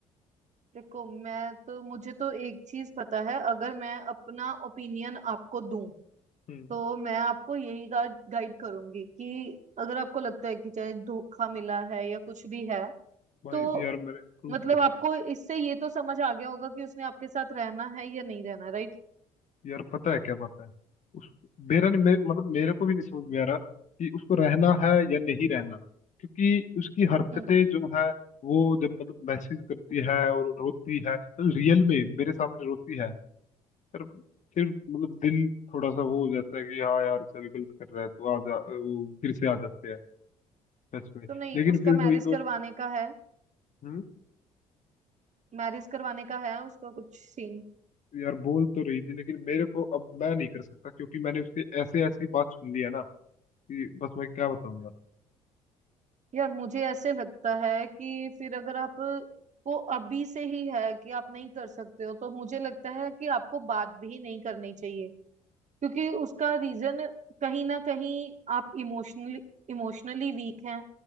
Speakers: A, on the right (about 40°); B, on the left (about 40°).
A: देखो मैं तो मुझे तो एक चीज पता है अगर मैं अपना ओपिनियन आपको दूं
B: हम्म
A: तो मैं आपको यही गाइड गाइड करूंगी कि अगर आपको लगता है कि चाहे धोखा मिला है या कुछ भी है
B: भाई
A: तो
B: यार मेरे प्रूफ
A: मतलब
B: देखे
A: आपको इससे ये तो समझ आ गया होगा कि उसने आपके साथ रहना है या नहीं रहना राइट
B: यार पता है क्या पता है उस मेरा नहीं मे, मतलब मेरे को भी नहीं समझ में आ रहा कि उसको रहना है या नहीं रहना क्योंकि उसकी हरकतें
A: हम्म
B: जो है वो जब मतलब मैसेज करती है और रोती है तो रियल में मेरे सामने रोती है फिर फिर मतलब दिल थोड़ा सा वो हो जाता है कि हाँ यार चल गलत कर रहा है तो आ जा वो फिर से आ जाते हैं सच में
A: तो नहीं
B: लेकिन
A: उसका
B: फिर
A: मैरिज
B: वही तो
A: करवाने का है
B: हम्म
A: मैरिज करवाने का है उसका कुछ सीन
B: यार बोल तो रही थी लेकिन मेरे को अब मैं नहीं कर सकता क्योंकि मैंने उसके ऐसे ऐसी बात सुन ली है ना कि बस मैं क्या बताऊं यार
A: यार मुझे ऐसे लगता है कि फिर अगर आप को अभी से ही है कि आप नहीं कर सकते हो तो मुझे लगता है कि आपको बात भी नहीं करनी चाहिए क्योंकि उसका रीजन कहीं ना कहीं आप इमोशनली इमोशनली वीक हैं